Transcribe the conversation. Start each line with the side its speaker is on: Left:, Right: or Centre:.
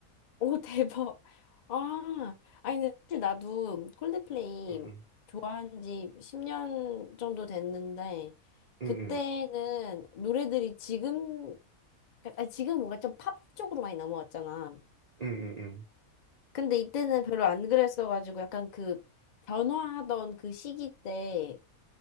Left: 오, <laughs> 대박. 아, 아니, 근데 사실 나도 콜드플레이
Right: 응응
Left: 좋아한 지 10년 정도 됐는데,
Right: 응응
Left: 그때는 노래들이 지금, 아니, 지금 뭔가 좀 팝 쪽으로 많이 넘어왔잖아.
Right: 응응
Left: 근데 이때는 별로 안 그랬어가지고 약간 그 변화하던 그 시기 때,